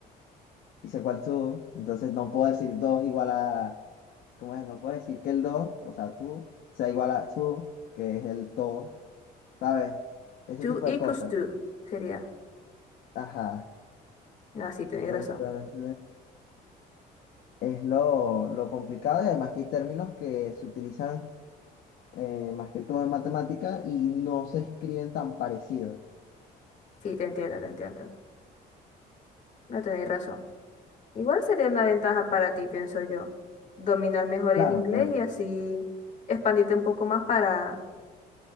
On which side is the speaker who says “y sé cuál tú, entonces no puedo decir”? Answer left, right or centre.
Left